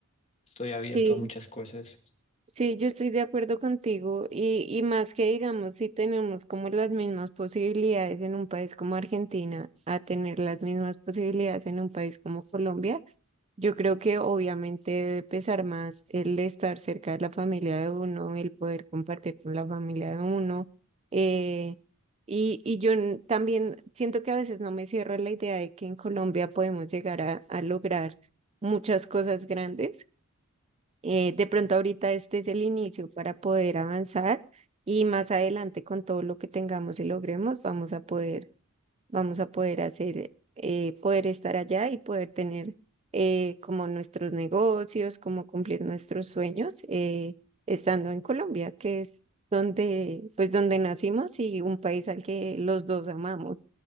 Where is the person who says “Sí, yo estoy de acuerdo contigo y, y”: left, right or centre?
Right